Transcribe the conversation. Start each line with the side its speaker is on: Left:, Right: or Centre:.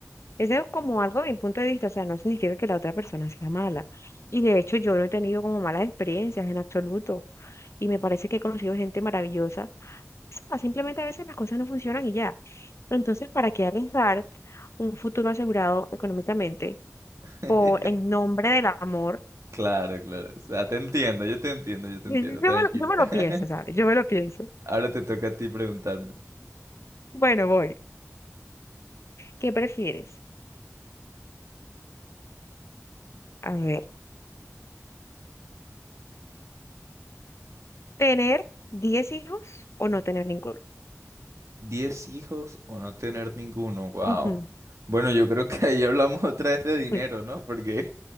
Left: ese es como algo de mi punto de vista, o sea, no significa que la otra persona sea mala. Y de hecho, yo no he tenido como malas experiencias en absoluto. Y me parece que he conocido gente maravillosa. O sea, simplemente a veces las cosas no funcionan y ya. Entonces, ¿para qué arriesgar un futuro asegurado económicamente
Right: <laughs>
Left: por en nombre del amor?
Right: Claro, claro. O sea, te entiendo, yo te entiendo, yo te
Left: Yo
Right: entiendo,
Left: me
Right: tranquila.
Left: lo, yo me
Right: <laughs>
Left: lo pienso, ¿sabes? Yo me lo pienso.
Right: Ahora te toca a ti preguntarme.
Left: Bueno, voy. ¿Qué prefieres? A ver. ¿Tener 10 hijos o no tener ninguno?
Right: ¿Diez hijos o no tener ninguno? Wow.
Left: Ujú.
Right: Bueno, yo creo que ahí hablamos <laughs> otra vez de dinero,
Left: Uy,
Right: ¿no? Porque,